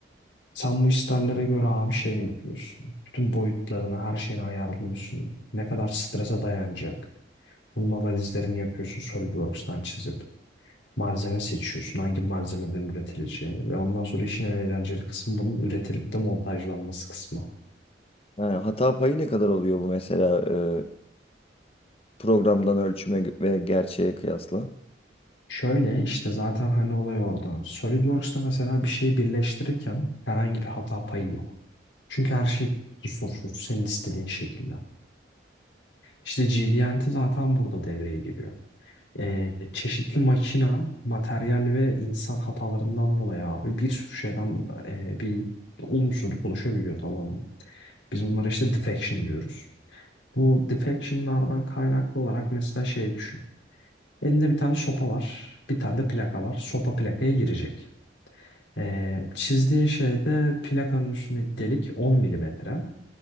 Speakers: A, on the left; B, on the left.
A: Sen bu isterlere göre abi şey yapıyorsun. Bütün boyutlarını, her şeyini ayarlıyorsun. Ne kadar strese dayanacak. Bunun analizlerini yapıyorsun SolidWorks'tan çizip. Malzeme seçiyorsun. Hangi malzemeden üretileceğini. Ve ondan sonra işin en eğlenceli kısmı bunun üretilip de montajlanması kısmı.
B: Yani hata payı ne kadar oluyor bu mesela e, programdan ölçüme gö- ve gerçeğe kıyasla?
A: Şöyle işte zaten hani olay orada. SolidWorks'ta mesela bir şeyi birleştirirken herhangi bir hata payı yok. Çünkü her şey kusursuz senin istediğin şekilde. İşte G D GD&T zaten burada devreye giriyor. Ee, çeşitli makina, materyal ve insan hatalarından dolayı abi bir sürü şeyden e, bir olumsuzluk oluşabiliyor tamam mı? Biz bunlara işte defection diyoruz. Bu defectionlardan kaynaklı olarak mesela şey düşün. Elinde bir tane sopa var, bir tane de plaka var. Sopa plakaya girecek. Ee, çizdiğin şeyde plakanın üstündeki delik 10 milimetre.